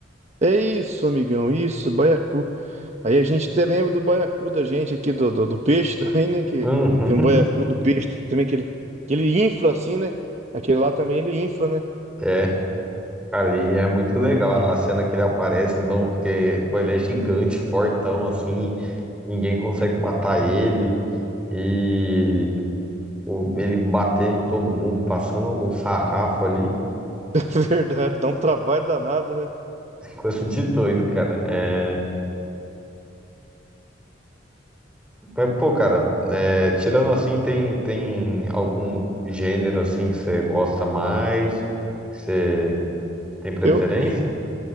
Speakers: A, on the right (about 40°); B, in the centre.
A: É isso, amigão, isso, baiacu. Aí a gente até lembra do baiacu da gente aqui, do, do, do peixe <laughs> também, né? Que
B: Hum,
A: tem um baiacu do peixe também, que ele, que ele infla assim, né? Aquele lá também ele infla, né?
B: <laughs> É. Cara, e e é muito
A: Não,
B: legal
A: então.
B: a cena que ele aparece, então, porque, pô, ele é gigante, fortão, assim, ninguém consegue matar ele, e pô, ele bater em todo mundo, passando um sarrafo ali,
A: <laughs> Verdade, dá um trabalho danado, né?
B: <laughs> coisa de doido, cara. É, mas, pô, cara, é, tirando assim, tem, tem algum gênero, assim, que você gosta mais, que você tem preferência?
A: Eu,